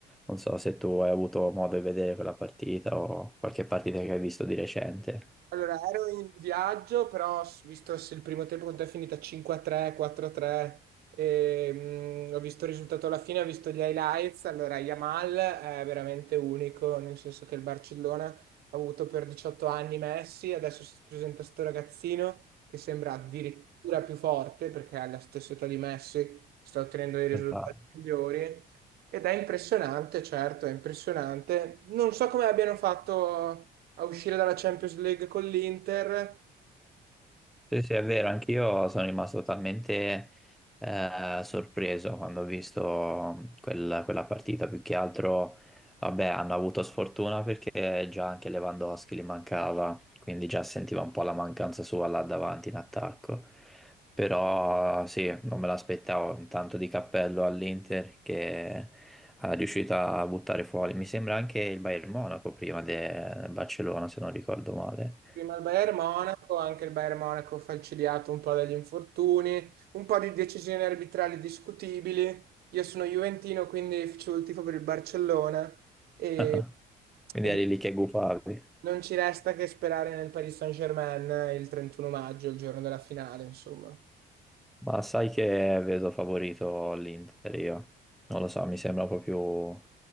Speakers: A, in the centre; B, on the right (about 65°).
A: Non so se tu hai avuto modo di vedere quella partita o qualche partita che hai visto di recente.
B: Allora, ero in viaggio, però s- visto se il primo tempo quanto è finita 5-3, 4-3, ehm, ho visto il risultato alla fine, ho visto gli highlights. Allora, Yamal è veramente unico, nel senso che il Barcellona ha avuto per 18 anni Messi, adesso si presenta questo ragazzino che sembra addirittura più forte perché alla stessa età di Messi, sta ottenendo dei risultati
A: Esatto.
B: migliori ed è impressionante, certo, è impressionante. Non so come abbiano fatto a uscire dalla Champions League con l'Inter,
A: Sì, sì, è vero, anch'io sono rimasto totalmente eh, sorpreso quando ho visto quel- quella partita, più che altro, vabbè, hanno avuto sfortuna perché già anche Lewandowski gli mancava, quindi già sentiva un po' la mancanza sua là davanti in attacco, però sì, non me l'aspettavo, un tanto di cappello all'Inter che è riuscita a buttare fuori, mi sembra anche il Bayern Monaco prima de- del Barcellona, se non ricordo male.
B: prima il Bayern Monaco, anche il Bayern Monaco falcidiato un po' dagli infortuni, un po' di decisioni arbitrali discutibili. Io sono juventino, quindi facevo il tifo per il Barcellona e,
A: <laughs> Quindi
B: e niente,
A: eri lì che gufavi.
B: non ci resta che sperare nel Paris Saint-Germain il 31 maggio, il giorno della finale, insomma.
A: Ma sai che vedo favorito l'Inter io. Non lo so, mi sembra un po' più, un